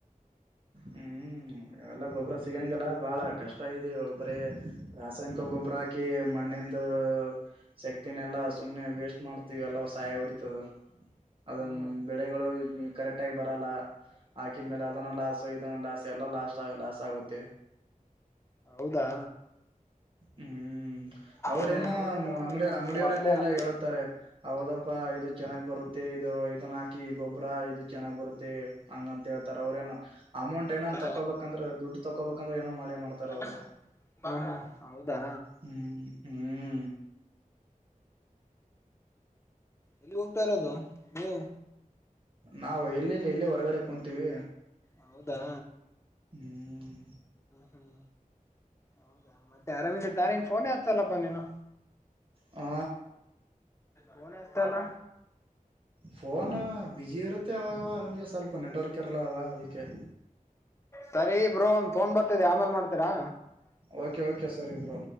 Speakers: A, on the right; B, on the left.
A: ಹ್ಮ್ ಎಲ್ಲ ಗೊಬ್ಬ್ರ ಸಿಗಂಗಲ್ಲ ಬಾಳ ಕಷ್ಟ ಆಗಿದೆ ಇವಾಗ ಬರೆ ರಾಸಾಯನಿಕ ಗೊಬ್ಬರ ಹಾಕಿ ಮಣ್ಣಿಂದು... ಶಕ್ತಿನೆಲ್ಲಾ ಸುಮ್ಮನೆ ವೇಸ್ಟ್ ಮಾಡ್ತೀವಿ ಎಲ್ಲ ಸಯ ಹೊಡಿತದ ಅದ
B: ಹ್ಮ್ ಹ್ಮ್
A: ಬೆಳೆಗಳು ಕರೆಕ್ಟ್ ಆಗಿ ಬರಲ್ಲ ಹಾಕಿದ್ಮೇಲೆ ಅದನ್ನು ಲಾಸ್ ಸೊ ಇದುನೂ ಲಾಸ್ ಎಲ್ಲ ಲಾಸ್ಟ್ ಲಾಸ್ ಆಗುತ್ತೆ
B: ಹೌದಾ
A: ಹ್ಮ್ ಅವ್ರೇನೋ
B: ಹ್ಮ ಅವ್ರೇನೋ
A: ಅಂಗಡಿ ಅಂಗಡಿಯವರ ಏನ ಎಲ್ಲಾ ಹೇಳುತ್ತಾರೆ ಹೌದಪ್ಪ ಇದು ಚೆನ್ನಾಗ್ ಬರುತ್ತೆ ಇದು ಇದನ್ನ ಹಾಕಿ ಗೊಬ್ಬರ ಇದು ಚೆನ್ನಾಗ್ ಬರುತ್ತೆ ಹಂಗ ಅಂತ ಹೇಳ್ತಾರ ಅವ್ರ ಏನೋ ಅಮೌಂಟ್ ಏನನ್
B: ಹೌದಾ
A: ತಕೋಬೇಕಂದ್ರೆ ದುಡ್ಡು ತಕೋಬೇಕಂದ್ರೆ
B: ಹಾ
A: ಏನೋ ಮಾಡೆ ಮಾಡತಾರ ಅವ್ರು
B: ಹಾ ಹಾ ಹೌದಾ
A: ಹ್ಮ್ ಹ್ಮ
B: ಎಲ್ಲಿ ಹೋಗ್ತಾ ಇರೋದು ನೀವು
A: ನಾವು ಎಲ್ಲೆಲ್ಲಿ ಇಲ್ಲ ಹೊರಗಡೆ ಕುಂತೀವಿ
B: ಹೌದಾ
A: ಹ್ಮ್
B: ಹ್ಮ ಹೌದಾ ಮತ್ತೆ ಆರಾಮದಿ ತಾನೇ ಫೋನೆ ಹೆತ್ತಲ್ಲಪ್ಪ ನೀನು
A: ಹಾ
B: ಫೋನ್ ಹಸ್ತಲ್ಲ
A: ಫೋನ್ ಬುಝಿ ಇರುತ್ತೆ ಅವಗ ಅವಾಗ ಅಂಗೆ ಸ್ವಲ್ಪ ನೆಟ್ವರ್ಕ್ ಇರಲ ಅಲ್ವಾ ಅದಕ್ಕೆ
B: ಸರಿ ಬ್ರೋ ಒಂದ್ ಫೋನ್ ಬರ್ತಿದೆ ಆಮೇಲ್ ಮಾಡ್ತೀರಾ
A: ಓಕೆ ಓಕೆ ಸರರಿ ಬ್ರೋ